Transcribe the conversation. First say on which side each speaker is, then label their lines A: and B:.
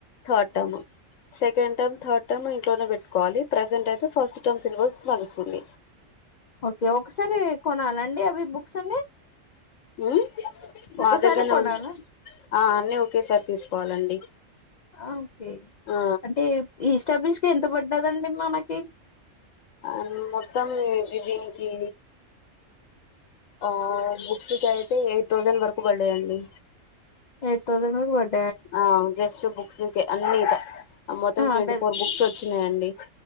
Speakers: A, on the left; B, on the left.
A: third term, second term, third term, ఇంట్లోనే పెట్టుకోవాలి. ప్రజెంట్ అయితే ఫస్ట్ టర్మ్, సిలబస్ నడుస్తుంది.
B: ఓకే ఒకసారి కొనాల అండి. అవి బుక్స్ అన్ని
A: ము మాదగ్గర్నె
B: ఒకసారి కొనాలా
A: ఆ అన్నిీ ఒకేసారి తీసుకోవాలండి.
B: ఓకే
A: ఆ
B: అంటే ఈ ఇస్టాబ్లిష్ కి ఎంత పడ్డాదండి. మనకి
A: ఆ మొత్తం ఇది దీనికి ఆ బుక్స్ కి అయితే ఎయిత్ థౌజండ్ వరకు పడ్డయండీ.
B: ఎయిత్ తౌసండ్ వరకి వడ్
A: ఆ జస్ట్ బుక్స్కె అన్ని ఇక మొత్తం ట్వంటీఫోర్,
B: అంటే
A: బుక్స్ వచ్చినాయంండి.